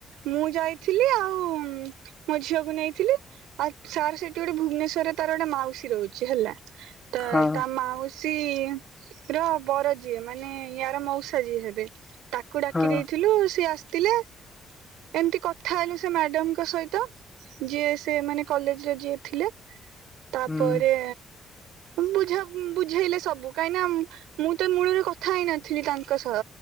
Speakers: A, on the right; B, on the left.
A: ମୁଁ ଯାଇଥିଲି ଆଉ ମୋ ଝିଅକୁ ନେଇଥିଲି। ଆଉ ସାର୍ ସେଠି ଗୋଟେ ଭୁବନେଶ୍ଵରରେ ତାର ଗୋଟେ ମାଉସୀ ରହୁଚି ହେଲା ତ
B: ହଁ
A: ତା ମାଉସୀ ର ବର ଯିଏ ମାନେ ୟାର ମୋଉସା ଯିଏ ହେବେ ତାକୁ ଡାକି
B: ହଁ
A: ଦେଇଥିଲୁ ସିଏ ଆସିଥିଲେ। ଏମତି କଥା ହେଲୁ ସେ ମ୍ୟାଡାମଙ୍କ ସହିତ। ଯିଏ ସେ ମାନେ କଲେଜରେ ଯିଏ ଥିଲେ ତାପରେ
B: ହୁଁ
A: ବୁଝା ଉଁ-ବୁଝେଇଲେ ସବୁ। ଉଁ-ମୁଁ ତ ମୂଳରେ କଥା ହେଇନଥିଲି ତାଙ୍କ ସହ